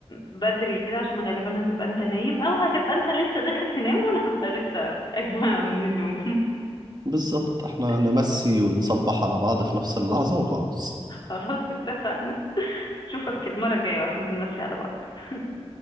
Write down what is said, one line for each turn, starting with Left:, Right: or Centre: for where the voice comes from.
Left: بدري كده عشان غالبا هتبقى انت نايم او هتبقى انت لسه داخل تنام وانا هبقى لسه قايمة من النوم
Right: بالظبط احنا
Left: <laughs>
Right: نمسي ونصبح على بعض في نفس اللحظة وخلاص
Left: خلاص اتفقنا اشوفك المرة الجاية واحنا بنمسي على بعض <laughs>